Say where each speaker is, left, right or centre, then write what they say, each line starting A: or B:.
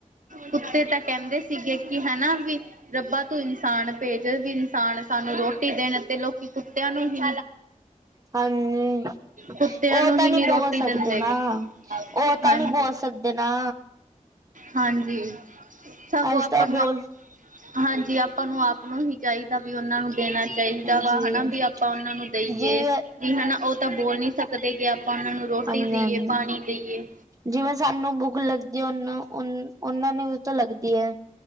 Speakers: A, on the right; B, on the right.
A: ਕੁਤੇ ਤਾਂ ਕਹਿੰਦੇ ਸੀਗੇ। ਕਿ ਹਨਾ, ਵੀ ਰੱਬਾ ਤੂੰ ਇਨਸਾਨ ਭੇਜ ਵੀ ਇਨਸਾਨ ਸਾਨੂੰ ਨੂੰ ਰੋਟੀ ਦੇਣ ਤੇ ਲੋਕੀ ਕੁੱਤਿਆਂ ਨੂੰ ਹੀ
B: ਹਾਂਜੀ। ਉਹ
A: ਕੁੱਤਿਆਂ ਨੂੰ
B: ਤਾਂ
A: ਹੀ
B: ਨਹੀਂ
A: ਨੀ
B: ਬੋਲ
A: ਰੋਟੀ
B: ਸਕਦੇ
A: ਦਿੰਦੇ
B: ਨਾ,
A: ਗੇ।
B: ਉਹ ਤਾਂ
A: ਹਾਂਜੀ,
B: ਨਹੀਂ ਬੋਲ ਸਕਦੇ ਨਾ
A: ਹਾਂਜੀ ਸਗੋਂ
B: ਅਸੀਂ
A: ਆਪਾਂ
B: ਤਾਂ
A: ਨੂੰ!
B: ਬੋਲ
A: ਹਾਂਜੀ ਆਪਾਂ ਨੂੰ ਆਪ ਨੂੰ ਹੀ ਚਾਹੀਦਾ ਵੀ ਉਹਨਾਂ ਨੂੰ ਦੇਣਾ ਚਾਹੀਦਾ ਵਾ
B: ਹਾਂਜੀ
A: ਹਨਾ। ਵੀ ਆਪਾਂ ਉਹਨਾਂ ਨੂੰ ਦੇਈਏ।
B: ਜਿਵੇਂ
A: ਕੀ ਹਨਾ ਉਹ ਤਾਂ ਬੋਲ ਨੀ ਸਕਦੇ ਕੇ ਆਪਾਂ ਉਹਨਾਂ ਨੂੰ ਰੋਟੀ
B: ਆਨੀ-ਆਨੀ,
A: ਦੇਈਏ ਪਾਣੀ ਦੇਈਏ
B: ਜਿਵੇਂ ਸਾਨੂੰ ਬੁੱਕ ਮੁੱਖ ਲੱਗਦੀ। ਉਹਨ-ਉਹਨਾਂ ਨੂੰ ਵੀ ਤਾਂ ਲੱਗਦੀ ਐ